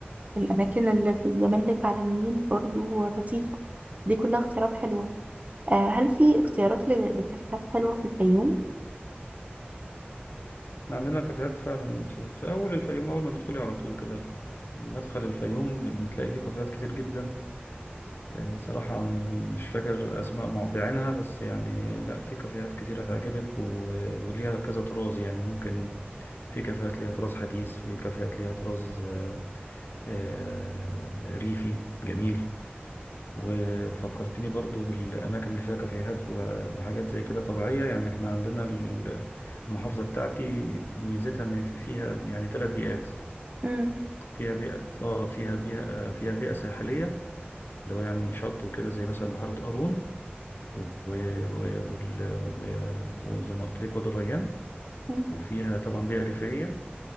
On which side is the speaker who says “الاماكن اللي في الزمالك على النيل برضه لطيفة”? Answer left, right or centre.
Right